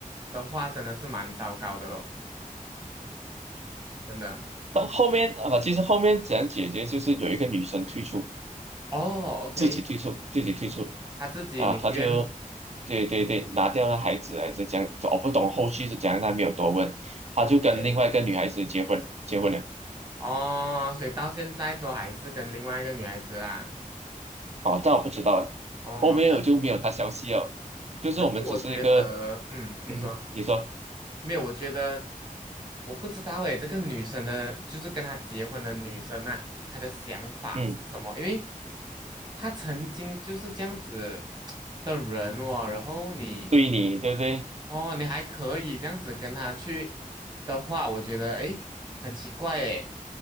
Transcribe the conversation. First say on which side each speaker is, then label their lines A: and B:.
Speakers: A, on the right; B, on the right.
A: 的话，真的是蛮糟糕的咯，真的。
B: 到后面啊，其实后面怎样解决，就是有一个女生退出，
A: 哦，OK，
B: 自己退出，自己退出
A: 她自己宁愿
B: 啊，她就对对对，拿掉了孩子，还是讲样，我不懂后续是怎样，她没有多问，她就跟另外一个女孩子结婚，
A: OK，
B: 结婚了。
A: 哦，所以到现在都还是跟另外一个女孩子啦。
B: 哦，但我不知道，
A: 哦，
B: 后面我就没有他消息了。
A: 可
B: 就是我们只是一个，
A: 可是我觉得，嗯，你说。
B: 嗯，你说，
A: 没有，我觉得我不知道诶，这个女生的，就是跟她结婚的女生呐、她的想法是什么？
B: 嗯，
A: 因为她曾经就是这样子的人哦，然后你
B: 对你，对不对？
A: 哦，你还可以这样子跟她去的话，我觉得诶，很奇怪诶，